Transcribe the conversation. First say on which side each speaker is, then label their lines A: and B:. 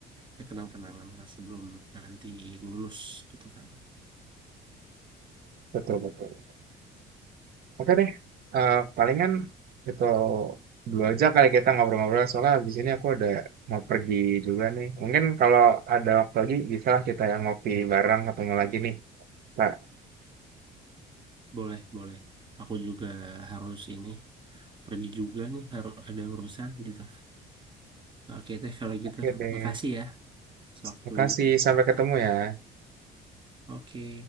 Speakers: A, on the right (about 30°); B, on the right (about 65°).
A: ya kenang-kenangan lah sebelum nanti lulus gitu kan
B: Betul betul. Oke deh, Eh, palingan itu dulu aja kali kita ngobrol-ngobrol soalnya habis ini aku ada mau pergi juga nih. Mungkin kalau ada waktu lagi bisa lah kita yang ngopi bareng ketemu lagi nih, Pak.
A: Boleh, boleh. Aku juga harus ini pergi juga nih, harus ada urusan gitu. Oke teh kalau
B: Oke
A: gitu.
B: deh,
A: Makasih ya atas waktunya.
B: makasih sampai ketemu ya.
A: Oke.